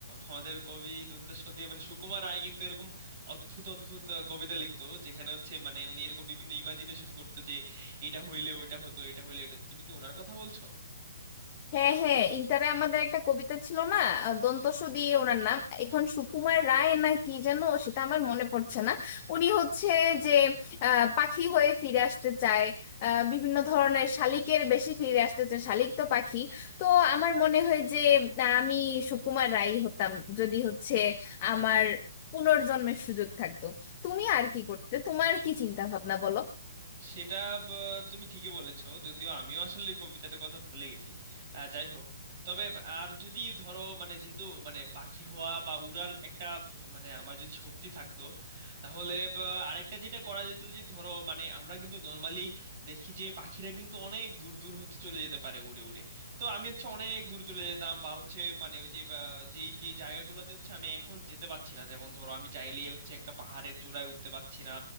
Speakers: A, on the right; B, on the left.
A: আমাদের কবি দুন্ত সদিয়ে মানে সুকুমার রায় কিন্তু এরকম অদ্ভুত অদ্ভুত আহ, কবিতা লিখতো যেখানে হচ্ছে মানে উনি এরকম বিভিন্ন ইমাজিনেশন করতো যে এটা হইলে ওইটা হতো এটা হইলে এটা তুমি কি ওনার কথা বলছো
B: হ্যাঁ হ্যাঁ ইন্টারে আমাদের একটা কবিতা ছিল না আহ, দন্তস দিয়ে ওনার নাম এখন সুকুমার রায় না কি যেন সেটা আমার মনে পড়ছে না উনি হচ্ছে যে আহ, পাখি হয়ে ফিরে আসতে চায় আহ, বিভিন্ন ধরনের শালিকের বেশি ফিরে আসতে চায় শালিক তো পাখি তো আমার মনে হয় যে আহ, আমি সুকুমার রায় হতাম যদি হচ্ছে আমার পুনর্জন্মের সুযোগ থাকতো তুমি আর কি করতে তোমার কি চিন্তা ভাবনা বলো
A: সেটা ব- তুমি ঠিকই বলেছো যদিও আমিও আসলে কবিতাটার কথা ভুলে গেছি আহ, যাই হোক তবে আর যদি ধরো মানে যেহেতু মানে পাখি হওয়া বা উড়ার একটা স- মানে আমার যদি শক্তি থাকতো তাহলে ব- আরেকটা যেটা করা যেত যে ধরো মানে আমরা কিন্তু নর্মালি দেখি যে পাখিরা কিন্তু অনেক দূর দূর হচ্ছে চলে যেতে পারে উড়ে উড়ে তো আমি হচ্ছে অনেক দূর চলে যেতাম বা হচ্ছে মানে ওই যে বা, যেই যেই জায়গাগুলোতে হচ্ছে আমি এখন যেতে পারছি না যেমন ধরো আমি চাইলেই হচ্ছে একটা পাহাড়ের চূড়ায় উঠতে পারছি না